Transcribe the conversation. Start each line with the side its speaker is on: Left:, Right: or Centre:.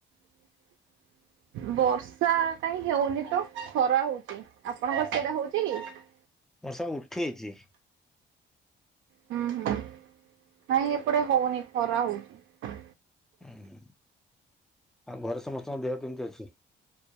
Right: <unintelligible> ବର୍ଷା କାହିଁ ହେଉନି ତ ଖରା ହଉଛି ଆପଣଙ୍କର ସେଇଟା ହଉଛି କି?
Centre: ବର୍ଷା ଉଠେଇଛି।
Right: ହୁଁ ହୁଁ ନାଇ ଏପଟେ ହଉନି ଖରା ହଉଛି।
Centre: ହୁଁ ଆଉ ଘରେ ସମସ୍ତଙ୍କ ଦେହ କେମିତି ଅଛି?